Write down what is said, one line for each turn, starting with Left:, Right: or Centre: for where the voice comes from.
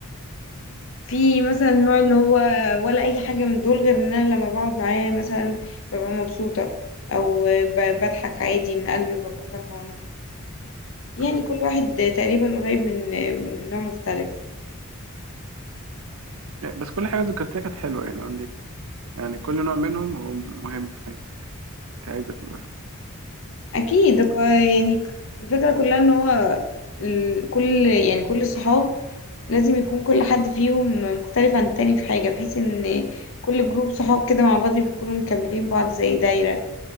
Left: في مثلا النوع اللي هو ولا اي حاجة من دول غير ان انا لما بقعد معاه مثلا ببقى مبسوطة او ب- بضحك عادي من قلبي وببقى فرحانة يعني
Right: أمم.
Left: كل واحد تقريبا قريب من من نوع مختلف
Right: يعني بس كل حاجه ذكرتها كانت حلوه يعني اقول لك يعني كل نوع منهم هو مهم في حياتي عايزه كل
Left: اكيد هو يعني الفكرة كلها ان هو ال... كل يعني كل الصحاب لازم يكون كل حد فيهم مختلف عن التاني في حاجة بحيث ان كل جروب صحاب كده مع بعض بيكونوا مكملين بعض زي دايرة